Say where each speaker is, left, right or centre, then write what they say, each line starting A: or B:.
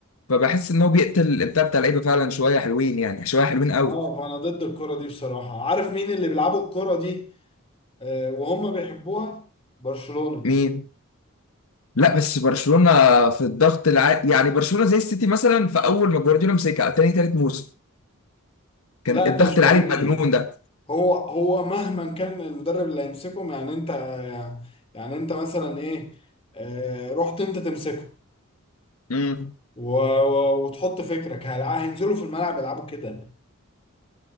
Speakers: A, on the left (about 85°); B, on the left (about 25°).
A: فبحس ان هو بيقتل الابداع بتاع اللعيبه فعلا شويه حلوين يعني شويه حلوين قوي
B: اه فانا ضد الكره دي بصراحه عارف مين اللي بيلعبوا الكره دي آه، وهم بيحبوها برشلونه
A: مين لا بس برشلونة في الضغط العالي يعني برشلونة زي السيتي مثلا في أول ما جوارديولا مسكها تاني تالت موسم كان
B: لا
A: الضغط
B: انت مش
A: العالي
B: فاهمني
A: المجنون ده
B: هو هو مهما كان المدرب اللي هيمسكهم يعني انت يعني انت مثلا ايه آه، رحت انت تمسكه
A: امم
B: و- و- وتحط فكرك هل- هينزلوا في الملعب يلعبوا كده